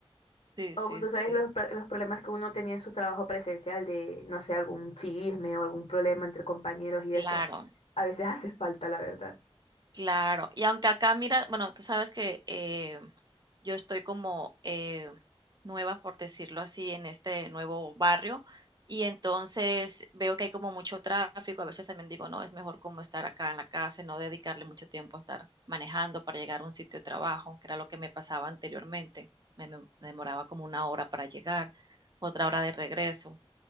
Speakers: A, on the right; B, on the left.
A: Sí,
B: O
A: sí,
B: tú sabes
A: sí.
B: los, pro- los problemas que uno tenía en su trabajo presencial de, no sé, algún chisme o algún problema entre compañeros y
A: Claro.
B: eso. A veces <laughs> hace falta, la verdad.
A: Claro, y aunque acá mira, bueno, tú sabes que eh, yo estoy como eh, nueva, por decirlo así, en este nuevo barrio, y entonces veo que hay como mucho tráfico. A veces también digo, no, es mejor como estar acá en la casa y no dedicarle mucho tiempo a estar manejando para llegar a un sitio de trabajo, que era lo que me pasaba anteriormente. Me, me- me demoraba como una hora para llegar, otra hora de regreso.